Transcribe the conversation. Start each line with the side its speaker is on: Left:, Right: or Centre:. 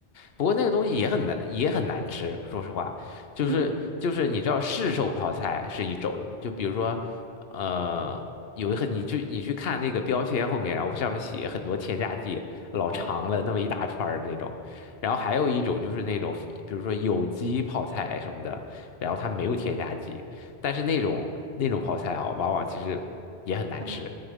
Left: 不过那个东西也很难，也很难吃。说实话，就是就是你知道市售泡菜是一种，
Right: <laughs>
Left: 就比如说呃。有一很，你去你去看那个标签后面，然后上面写很多添加剂，老长了那么一大串儿那种。
Right: 超多，
Left: 然后还有一种就是那种，比如说有机泡菜什么的，然后它没有添加剂，但是那种那种泡菜啊，往往其实也很难吃，
Right: 很难